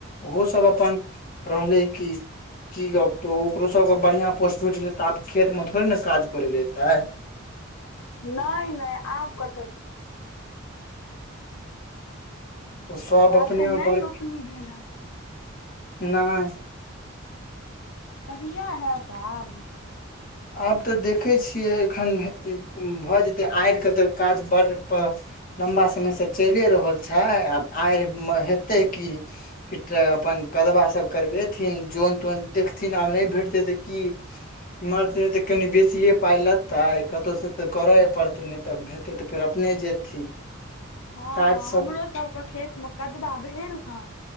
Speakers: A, on the left (about 45°); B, on the left (about 80°).
A: ओहो सब अपन रहलै कि की गब तऽ ओकरो सबके बढ़ियां पोस्ट भेट गेल तऽ आब खेत मे थोड़े ने काज करै ल एतै
B: नहि नहि आब कतऽ तैं
A: तऽ सब अपने
B: एखन
A: मे
B: नहि
A: बड़
B: रोपनी भेल हन
A: नय
B: कहिआ हैत आब
A: आब तऽ देखै छियै एखन भऽ जेतै आड़े तऽ काज बड़र पर लम्बा समय से चलिए रहल छै आब आयरमे हेतै की कि त अपन कदबा सब करबेथिन जोन तोन देखथिन आब नहि भेटतै तऽ की एम्हर से तऽ कनि बेसिए पाइ लेतै कतौ सँ तऽ करऽ पड़तै नहि तऽ भे एते फेर अपने जेथिन
B: हँ
A: काज
B: हँ
A: सब
B: हमरो सबके खेतमे कदबा भेल हँ